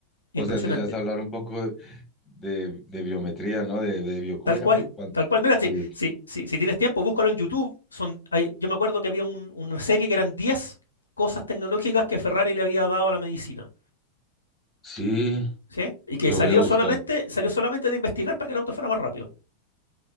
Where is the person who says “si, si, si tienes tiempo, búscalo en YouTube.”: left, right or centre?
Left